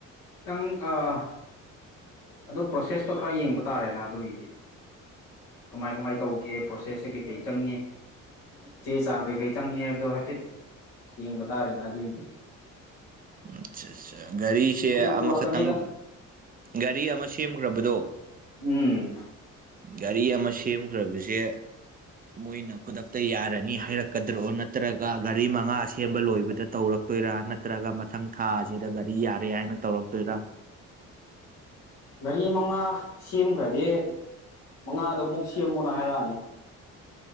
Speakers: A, on the left; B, on the right.
A: ꯅꯪ ꯑꯥ ꯑꯗꯨ ꯄ꯭ꯔꯣꯁꯦꯁꯇꯣ ꯈꯔ ꯌꯦꯡꯕ ꯇꯥꯔꯦꯅ ꯑꯗꯨꯒꯤꯗꯤ ꯀꯃꯥꯏ ꯀꯃꯥꯏ ꯇꯧꯒꯦ ꯄ꯭ꯔꯣꯁꯦꯁꯁꯦ ꯀꯩꯀꯩ ꯆꯪꯉꯦ ꯆꯦ ꯆꯥꯡ ꯀꯩꯀꯩ ꯆꯪꯉꯦ ꯍꯥꯏꯕꯗꯣ ꯍꯥꯏꯐꯦꯠ ꯌꯦꯡꯕ ꯇꯥꯔꯦꯅ ꯑꯗꯨꯢꯗꯤ
B: ꯑꯆꯥ ꯆꯥ ꯒꯥꯔꯤꯁꯦ
A: ꯄꯨꯔꯛꯀꯅꯤꯗ
B: ꯑꯃꯈꯛꯇꯪ ꯒꯥꯔꯤ ꯑꯃ ꯁꯦꯝꯒ꯭ꯔꯕꯗꯣ
A: ꯎꯝ
B: ꯒꯥꯔꯤ ꯑꯃ ꯁꯦꯝꯈ꯭ꯔꯕꯁꯦ ꯃꯣꯏꯅ ꯈꯨꯗꯛꯇ ꯌꯥꯔꯅꯤ ꯍꯥꯏꯔꯛꯀꯗ꯭ꯔꯣ ꯅꯠꯇ꯭ꯔꯒ ꯒꯥꯔꯤ ꯃꯉꯥ ꯁꯦꯝꯕ ꯂꯣꯏꯕꯗ ꯇꯧꯔꯛ ꯇꯣꯏꯔꯥ ꯅꯠꯇ꯭ꯔꯒ ꯃꯊꯪ ꯊꯥ ꯑꯁꯤꯗ ꯒꯥꯔꯤ ꯌꯥꯔꯦ ꯍꯥꯏꯅ ꯇꯧꯔꯛꯇꯣꯏꯔ
A: ꯃꯔꯤ ꯃꯉꯥ ꯁꯦꯝꯒ꯭ꯔꯗꯤ ꯃꯉꯥꯗꯣ ꯑꯃꯨꯛ ꯁꯦꯝꯃꯣꯅ ꯍꯥꯏꯔꯛꯑꯅꯤ